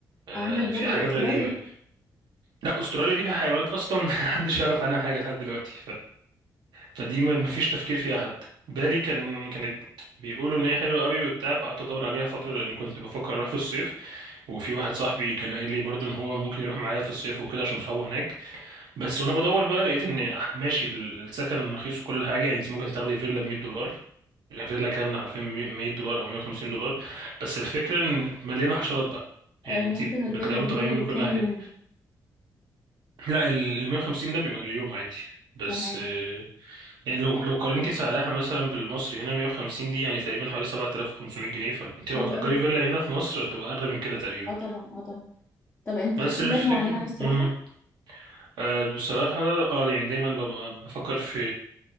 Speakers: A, on the right; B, on the left.
A: آه
B: عندك برضو
A: في حاجات
B: استراليا
A: غريبه لا استراليا دي فيها حيوانات اصلا <laughs> محدش يعرف عنها حاجه لحد دلوقتي فدي ما ما فيش تفكير فيها حتى بالي كان كانت بيقولوا ان هي حلوه قوي وبتاع فقعدت ادور عليها فتره لان كنت بفكر اروح في الصيف وفي واحد صاحبي كان قال لي برضه ان هو ممكن يروح معايا في الصيف وكده عشان صحابه هناك بس وانا بدور بقى لقيت ان ماشي السكن رخيص وكل حاجه يعني انت ممكن تاخدي فيلا ب 100 دولار فيلا كامله حرفيا 100 دولار او 150 دولار بس الفكره ان مليانه حشرات بقى يعني
B: آه، ممكن
A: انت
B: الفيلا
A: بتلاقيهم
B: دي
A: طالعين من
B: لكام
A: كل ناحيه
B: يوم
A: لا ال 150 ده بيبقى اليوم عادي بس
B: تمام
A: يعني لو لو قارنتي سعرها مثلا بالمصري هنا 150 دي يعني تقريبا حوالي 7500 جنيه فانت لو
B: حلو
A: هتأجري
B: قوي
A: فيلا هنا في مصر هتبقى أغلى من كده تقريبا
B: اه طبعا اه طبعا طب انت
A: بس
B: في بلاد
A: الفكرة
B: معينة عايز تروحها
A: امم آه بصراحة اه يعني دايما ببقى بفكر في